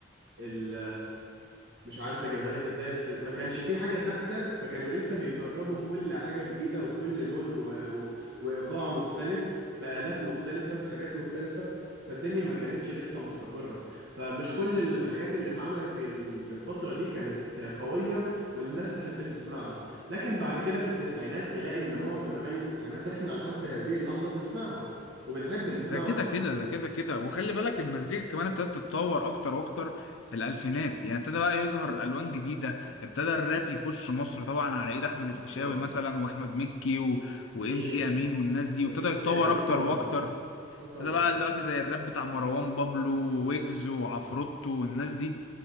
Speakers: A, on the right (about 60°); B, on the left (about 80°).
A: ال... مش عارف اجيبها لك ازاي بس ما كانش في حاجة ثابتة فكانوا لسه بيجربوا كل حاجة جديدة وكل لون و... و... وايقاع مختلف بآلات مختلفة بحاجات مختلفة فالدنيا ما كانتش لسه مستقرة فمش كل الحاجات اللي اتعملت في ال- في الفترة دي كانت قوية والناس تحب تسمعها لكن بعد كده في التسعينات تلاقي ان معظم اغاني التسعينات احنا لحد هذه اللحظة بنسمعهم وبنحب نسمعهم
B: ده كده كده ده كده كده وخلي بالك المزيكا كمان ابتدت تتطور اكتر واكتر في الالفينات يعني ابتدى بقى يظهر الوان جديده ابتدى الراب يخش مصر طبعا على ايد احمد الفيشاوي
A: آه، طبعا
B: مثلا واحمد مكي و... وام
A: اكيد
B: سي امين والناس دي
A: وام
B: وابتدى يتطور
A: سي امين
B: اكتر
A: و...
B: واكتر
A: آه، طبعا
B: ده بقى دلوقتي زي الراب بتاع مروان بابلو ويجز وعفروتو والناس دي